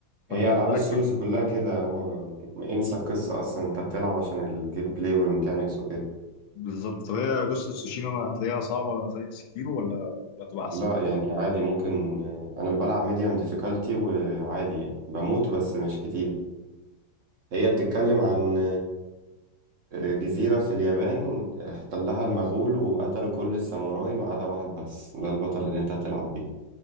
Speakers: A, on the left; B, on the right.
A: فكنت
B: هي العاب
A: بركز
B: السولز كلها كده هو ب- انسى القصة اصلا انت بتلعب عشان الجيم بلاي والميكانيكس وكده
A: بالظبط طب هي جوست اوف تسوشيما ما هتلاقيها صعبه زي سكيرو ولا هتبقى احسن
B: لا يعني عادي ممكن انا بلعب ميديوم ديفيكالتي وعادي يعني بموت بس مش كتير هي بتتكلم عن جزيرة في اليابان احتلها المغول وقتلوا كل الساموراي ما عدا واحد بس ده البطل اللي انت بتلعب بيه